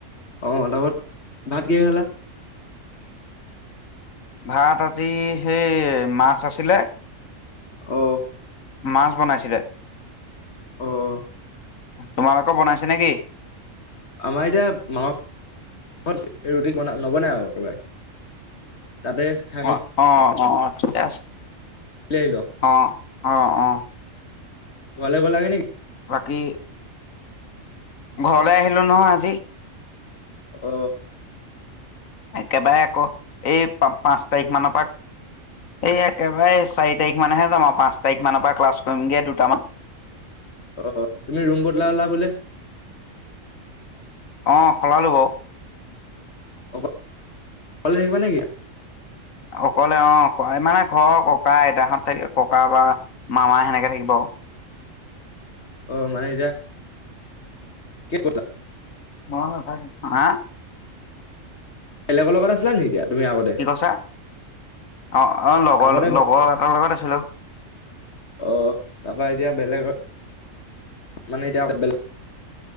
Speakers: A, on the left (about 55°); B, on the left (about 80°).
A: আহ তাবত ভাত কিহেৰে খালা?
B: ভাত আজি সেই মাছ আছিলে।
A: আহ
B: মাছ বনাইছিলে।
A: অ'
B: তোমালোকৰ বনাইছে নে কি?
A: আমাৰ এতিয়া মামা ঘৰত ৰুটি ব নবনাই আৰু একেবাৰে। তাতে খাই
B: অ' অ' অ' ঠিকেই আছে।
A: <unintelligible> অ' এতিয়া
B: অ অ অ
A: ঘৰলৈ গ'লাগে নেকি?
B: বাকী ঘৰলৈ আহিলো নহয় আজি।
A: আহ।
B: একেবাৰে আকৌ এই প পাঁচ তাৰিখ মানৰ পৰা এই একেবাৰে চাৰি তাৰিখ মানেহে যাম আৰু পাঁচ তাৰিখ মানৰ পৰা ক্লাছ কৰিমগে দুটামান। হয়।
A: আহ তুমি ৰুম বদলালা বোলে?
B: অ' সলালো বাৰু।
A: অ' অকলে থাকিবা নেকি?
B: অকলে অ' মানে ঘৰ ককা আইতাহঁত থাক ককা বা মামা সেনেকে থাকিব আৰু।
A: অ মানে এতিয়া। কে বদ লা <unintelligible>
B: মই নেথাকিম, হা
A: বেলেগৰ লগত আছিলা নি এতিয়া, তুমি আগতে
B: কি কৈছা? অ অ লগৰ
A: আগতে
B: লগৰ এটাৰ লগত আছিলো।
A: অ তাৰপা এতিয়া বেলেগত, মানে এতিয়া বেলেগত,